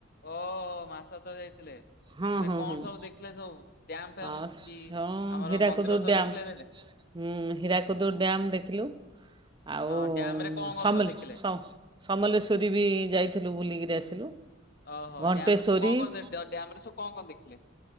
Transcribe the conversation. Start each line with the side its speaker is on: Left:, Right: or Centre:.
Left: ଓହୋ ମାସକ ତଳେ ଯାଇଥିଲେ
Right: ହଁ ହଁ
Left: କଣ
Right: ହଁ
Left: ସବୁ ଦେଖିଲେ ସବୁ ଡ୍ୟାମ୍ ଫ୍ୟାମ
Right: ହଁ ହଁ
Left: କି? ଆମର
Right: ହୀରାକୁଦ
Left: ମନ୍ଦିର ସବୁ
Right: ଡ୍ୟାମ୍
Left: ଦେଖିଲେ ସେଠି?
Right: ହୁଁ ହୀରାକୁଦୁ ଡ୍ୟାମ ଦେଖିଲୁ। ଆଉ
Left: ହଁ ଡ୍ୟାମ ରେ କଣ କଣ
Right: ସମି
Left: ସବୁ ଦେଖିଲେ?
Right: ସମ୍ ସମଲେଶ୍ୱରୀ ବି ଯାଇଥିଲୁ ବୁଲିକିରି ଆସିଲୁ।
Left: ଓହୋ
Right: ଘଣ୍ଟେଶ୍ୱରୀ
Left: ଡ୍ୟାମରେ ସବୁ କଣ କଣ ଡ୍ୟାମରେ ସବୁ କଣ କଣ ଦେଖିଲେ?